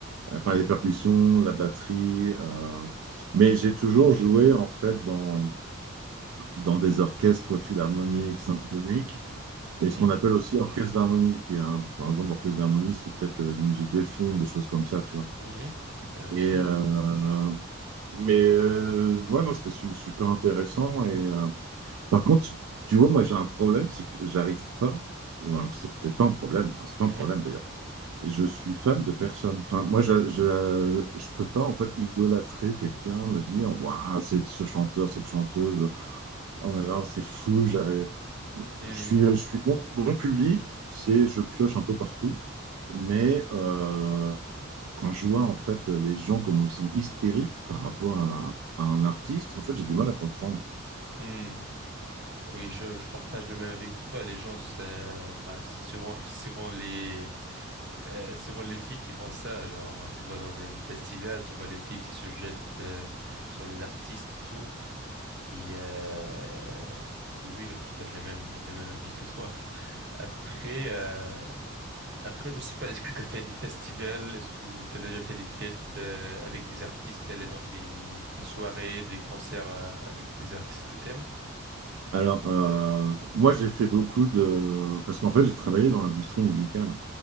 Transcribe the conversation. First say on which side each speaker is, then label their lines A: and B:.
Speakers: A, on the right; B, on the right.
A: enfin, les percussions, la batterie. euh, Mais j'ai toujours joué, en fait, dans, dans des orchestres, soit philharmoniques,
B: Mhm.
A: symphoniques, et
B: Mhm.
A: ce qu'on appelle aussi orchestre d'harmonie, qui est un- par exemple, orchestre d'harmonie, c'est peut-être euh, les musiques de films, des choses comme ça, tu vois.
B: Mhm. Intéressant.
A: Et, euh, mais euh, ouais, non, c'était su- super intéressant et. euh, par contre, tu vois, moi j'ai un problème, c'est que j'arrive pas, ou alors c'est peut-être pas un problème, enfin c'est pas
B: Mhm.
A: un problème d'ailleurs. Je suis fan de personne. Enfin, moi, je, je, je peux pas en fait idolâtrer quelqu'un, me dire, waouh, c'est ce chanteur, cette chanteuse. Oh mais non, c'est fou, j'arrive.
B: Mhm.
A: Je suis, je suis bon, bon public, c'est je pioche un peu partout, mais euh, quand je vois en fait les gens comment ils sont hystériques par rapport à, à un artiste, en fait j'ai du mal à comprendre.
B: Mhm. Oui, je, je partage le même avis que toi. Les gens, c'est enfin, c'est souvent, <laughs> souvent les, euh, souvent les filles qui font ça. Genre, tu vas dans un festival, tu vois les filles qui se jettent euh, sur les artistes et tout. Et, euh, et oui, je partage le même, le même avis que toi. Après, euh, Après, je sais pas, est-ce que tu as fait des festivals? Est-ce que tu as déjà fait des fêtes euh, avec des artistes, aller dans des co- soirées, des concerts euh, avec des artistes que t'aimes?
A: Alors, euh, moi, j'ai fait beaucoup de... Parce qu'en fait, j'ai travaillé dans l'industrie musicale.